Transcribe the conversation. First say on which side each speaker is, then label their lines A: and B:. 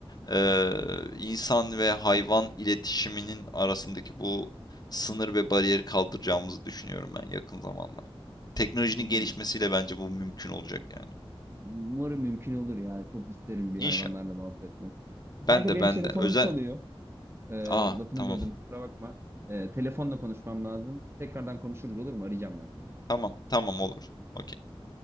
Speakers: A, on the left; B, on the right.
A: e, insan ve hayvan iletişiminin arasındaki bu sınır ve bariyeri kaldıracağımızı düşünüyorum ben yakın zamanda. Teknolojinin
B: Um-
A: gelişmesiyle bence bu mümkün olacak yani.
B: Umarım mümkün olur ya. Çok isterim bir
A: İnşallah.
B: hayvanlarla muhabbet etmek.
A: Ben
B: Kanka
A: de
B: benim
A: ben
B: telefonum
A: de. Özel.
B: çalıyor. E,
A: Aa
B: lafını
A: tamam.
B: böldüm kusura bakma. E, telefonla konuşmam lazım. Tekrardan konuşuruz olur mu? Arayacağım ben seni.
A: Tamam tamam olur. Okey.